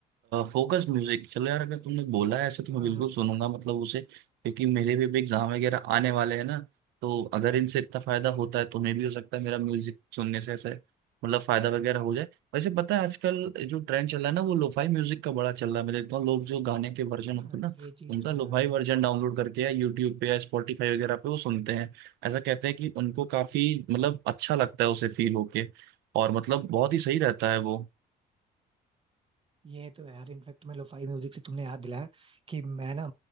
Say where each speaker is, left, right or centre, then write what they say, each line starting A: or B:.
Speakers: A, on the right; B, on the right.
A: फोकस म्यूजिक चलो यार अगर तुमने बोला है ऐसे तो
B: हाँ
A: मैं बिल्कुल
B: हाँ
A: सुनूंगा मतलब उसे क्योंकि मेरे भी, भी एग्जाम वगैरह आने वाले हैं ना तो अगर इनसे इतना फायदा होता है तुम्हें भी हो सकता है मेरा म्यूजिक सुनने से ऐसे मतलब फायदा वगैरह हो जाए वैसे पता है आजकल जो ट्रेंड चल रहा है ना वो लोफाई म्यूजिक का बड़ा चल रहा है मैं देखता हूँ लोग जो गाने के वर्जन
B: हाँ
A: होते हैं ना
B: ये चीज
A: उनका
B: तो है
A: लोफाई
B: यार
A: वर्जन डाउनलोड करके या यूट्यूब पे या स्पॉटिफाई वगैरह पे वो सुनते हैं ऐसा कहते हैं कि उनको काफी मतलब अच्छा लगता है उसे फील होके और मतलब बहुत ही सही रहता है वो
B: ये तो है यार इनफेक्ट मैं लोफाई म्यूजिक से तुमने याद दिलाया कि मैं ना